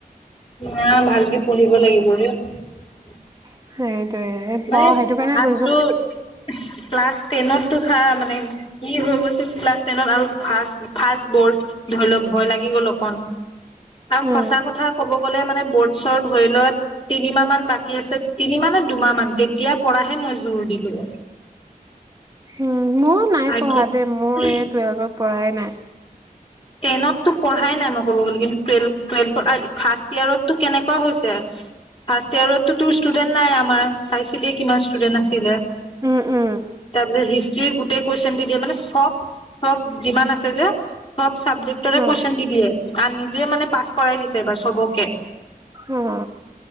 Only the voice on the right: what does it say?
<unintelligible>
পঢ়, সেইটো
কাৰণে কৈছো
উম
উম। মঁইও নাই
পঢ়া দেই, মই এই টুৱেল্ভত পঢ়ায়ে নাই।
উম উম
অ
অ